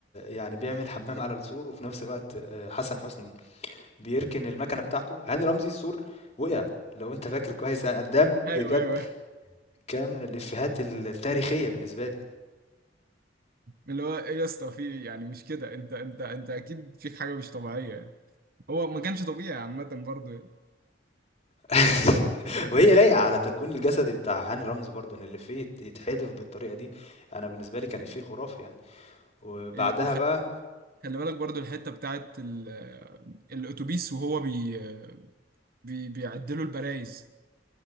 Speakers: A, on the left; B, on the right.
A: يعني بيعمل حمام على السور وفي نفس الوقت آه، حسن حسني بيركن المكنه بتاعته هاني رمزي السور وقع لو انت فاكر كويس يعني ده
B: ايوه
A: بجد
B: ايوه
A: كان من الافيهات التاريخيه بالنسبه لي
B: اللي هو ايه يا اسطى في إيه؟ يعني مش كده انت انت انت اكيد فيك حاجه مش طبيعيه يعني هو ما كانش طبيعي عامه برضه يعني.
A: <laughs> وهي لايقه على تكوين الجسدي بتاع هاني رمزي برضو ان الافيه يت- يتحذف بالطريقه دي انا بالنسبه لي كان افيه خرافي يعني وبعدها
B: إيه وخلي
A: بقى
B: بالك برضه الحته بتاعت ال- الاتوبيس وهو بي بي بيعدلوا البرايز